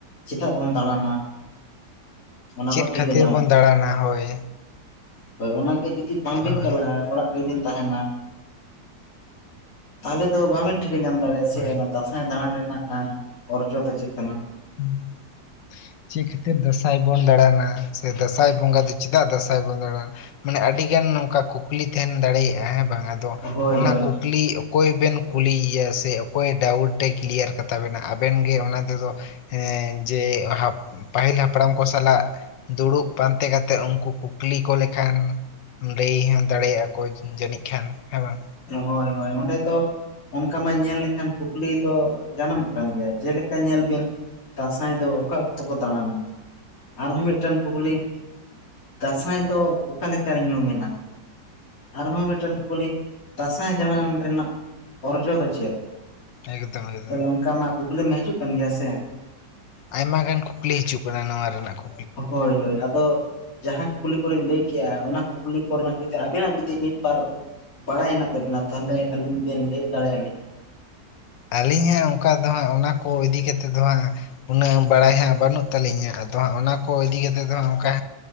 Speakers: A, on the left; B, on the left.
A: ᱪᱮᱫᱟᱜ ᱵᱚᱱ ᱫᱟᱬᱟᱱᱟ? ᱚᱱᱟ
B: ᱪᱮᱫ
A: ᱠᱚ ᱴᱷᱤᱠᱟᱹ
B: ᱠᱷᱟᱹᱛᱤᱨ
A: ᱧᱟᱢᱚᱜᱼᱟ
B: ᱵᱚᱱ ᱫᱟᱬᱟᱱᱟ? ᱦᱳᱭ!
A: ᱦᱳᱭ ᱚᱱᱟᱜᱮ ᱡᱩᱫᱤ ᱵᱟᱝᱵᱮᱱ
B: ᱦᱳᱭ
A: ᱪᱟᱞᱟᱜᱼᱟ, ᱚᱲᱟᱜ ᱨᱮᱵᱤᱱ ᱛᱟᱦᱮᱱᱟ ᱛᱟᱦᱚᱞᱮ ᱫᱚ ᱵᱟ ᱵᱤᱱ ᱴᱷᱤᱠᱟᱹ ᱧᱟᱢ ᱫᱟᱲᱮᱭᱟᱜᱼᱟ ᱥᱮ
B: ᱦᱳᱭ
A: ᱫᱟᱸᱥᱟᱭ ᱫᱟᱬᱟᱱ ᱨᱮᱱᱟᱜ ᱚᱨᱡᱚ ᱫᱚ ᱪᱮᱫ ᱠᱟᱱᱟ?
B: <inaudible> ᱪᱮᱫ ᱠᱷᱟᱹᱛᱤᱨ ᱫᱟᱸᱥᱟᱭ ᱵᱚᱱ ᱫᱟᱬᱟᱱᱟ ᱥᱮ ᱫᱟᱸᱥᱟᱭ ᱵᱚᱸᱜᱟ ᱫᱚ ᱪᱮᱫᱟᱜ ᱫᱟᱸᱥᱟᱭ ᱵᱚᱱ ᱫᱟᱬᱟᱱᱟ? ᱢᱟᱱᱮ ᱟᱹᱰᱤᱜᱟᱱ ᱱᱚᱝᱠᱟ ᱠᱩᱠᱞᱤ ᱛᱟᱦᱮᱱ ᱫᱟᱲᱮᱭᱟᱜᱼᱟ ᱦᱮᱸ ᱵᱟᱝ? ᱟᱫᱚ
A: ᱦᱳᱭ
B: ᱚᱱᱟ
A: ᱦᱳᱭ
B: ᱠᱩᱠᱞᱤ ᱠᱩᱠᱞᱤ ᱚᱠᱚᱭ ᱵᱮᱱ ᱠᱩᱞᱤᱭᱮᱭᱟ ᱥᱮ ᱚᱠᱚᱭ ᱰᱟᱣᱩᱴ ᱮ ᱠᱞᱤᱭᱟᱨ ᱠᱟᱛᱟ ᱵᱮᱱᱟ ᱟᱵᱮᱱ ᱜᱮ ᱚᱱᱟ ᱛᱮᱫᱚ ᱦᱮᱸ ᱡᱮ ᱯᱟᱹᱦᱤᱞ ᱦᱟᱯᱲᱟᱢ ᱠᱚ ᱥᱟᱞᱟᱜ ᱫᱩᱲᱩᱵ ᱯᱟᱱᱛᱮ ᱠᱟᱛᱮᱫ ᱩᱱᱠᱩ ᱠᱩᱠᱞᱤ ᱠᱚ ᱞᱮᱠᱷᱟᱱ ᱞᱟᱹᱭ ᱦᱚᱸ ᱫᱟᱲᱮᱭᱟᱜᱼᱟ ᱠᱚ ᱡᱟᱹᱱᱤᱡ ᱠᱷᱟᱱ ᱦᱮᱸ ᱵᱟᱝ?
A: ᱦᱳᱭ ᱦᱳᱭ ᱚᱸᱰᱮ ᱛᱚ ᱚᱱᱠᱟ ᱢᱟ ᱧᱮᱞ ᱞᱮᱠᱷᱟᱱ ᱠᱩᱠᱞᱤ ᱫᱚ ᱡᱟᱱᱟᱢᱚᱜ ᱠᱟᱱ ᱜᱮᱭᱟ᱾ ᱡᱮᱞᱮᱠᱟ ᱧᱮᱞ ᱵᱮᱱ ᱫᱟᱸᱥᱟᱭ ᱫᱚ ᱚᱠᱟ ᱚᱠᱛᱚ ᱠᱚ ᱫᱟᱬᱟᱱᱟ? ᱟᱨᱦᱚᱸ ᱢᱤᱫᱴᱟᱝ ᱠᱩᱠᱞᱤ ᱫᱟᱸᱥᱟᱭ ᱫᱚ ᱚᱠᱟ ᱞᱮᱠᱟᱨᱮ ᱧᱩᱢᱮᱱᱟ? ᱟᱨᱦᱚᱸ ᱢᱤᱫᱴᱟᱝ ᱠᱩᱠᱞᱤ ᱫᱟᱸᱥᱟᱭ ᱫᱟᱬᱟᱱ ᱨᱮᱱᱟᱜ ᱚᱨᱡᱽ ᱫᱚ ᱪᱮᱫ?
B: ᱮᱠᱫᱚᱢ ᱮᱠᱫᱚᱢ
A: ᱛᱟᱦᱞᱮ ᱚᱱᱠᱟ ᱢᱟ ᱠᱩᱠᱞᱤ ᱢᱟ ᱦᱤᱡᱩᱜ ᱠᱟᱱ ᱜᱮᱭᱟ ᱥᱮ
B: ᱟᱭᱢᱟ ᱜᱟᱱ ᱠᱩᱠᱞᱤ ᱦᱤᱡᱩᱜ ᱠᱟᱱᱟ, ᱱᱚᱣᱟ ᱨᱮᱱᱟᱜ ᱠᱩᱠᱞᱤ <inaudible>
A: ᱦᱳᱭ ᱦᱳᱭ, ᱟᱫᱚ ᱡᱟᱦᱟᱸ ᱠᱩᱠᱞᱤ ᱠᱚᱨᱮᱧ ᱞᱟᱹᱭ ᱠᱮᱜᱼᱟ, ᱚᱱᱟ ᱠᱩᱠᱞᱤ ᱠᱚᱨᱮ ᱱᱟᱜ ᱡᱩᱫᱤ ᱟᱵᱮᱱᱟᱜ ᱡᱩᱫᱤ ᱢᱤᱫ-ᱵᱟᱨ ᱵᱟᱲᱟᱭ ᱦᱮᱱᱟᱜ ᱛᱟᱵᱮᱱᱟ ᱛᱟᱦᱚᱞᱮ ᱟᱹᱞᱤᱧ ᱵᱮᱱ ᱞᱟᱹᱭ ᱫᱟᱲᱮᱭᱟ ᱞᱤᱧᱟ
B: ᱟᱹᱞᱤᱧ ᱦᱟᱸᱜ ᱚᱱᱠᱟ ᱫᱚ ᱦᱟᱸᱜ ᱚᱱᱟ ᱠᱚ ᱤᱫᱤ ᱠᱟᱛᱮᱫ ᱫᱚ ᱦᱟᱸᱜ ᱩᱱᱟᱹᱜ ᱵᱟᱲᱟᱭ ᱦᱟᱸᱜ ᱵᱟᱹᱱᱩᱜ ᱛᱟᱹᱞᱤᱧᱟ᱾ ᱟᱫᱚ ᱦᱟᱸᱜ ᱚᱱᱟ ᱠᱚ ᱤᱫᱤ ᱠᱟᱛᱮᱜ ᱫᱚ ᱦᱟᱸᱜ ᱚᱱᱠᱟ